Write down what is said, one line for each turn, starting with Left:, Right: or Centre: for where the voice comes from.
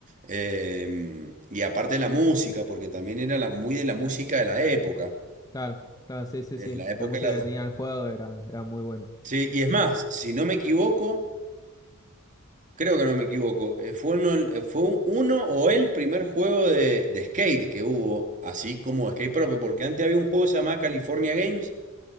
Right: Eh, y aparte de la música, porque también era la- muy de la música de la época.
Left: Claro, claro, sí, sí,
Right: eh,
Left: sí.
Right: De la época
Left: La música
Right: de las...
Left: que tenía el juego era, era muy buena.
Right: Sí, y es más, si no me equivoco... Creo que no me equivoco. eh, Fue uno, eh, fue un- uno o el primer juego de, de skate que hubo, así como skate propio, porque antes había un juego que se llamaba California Games,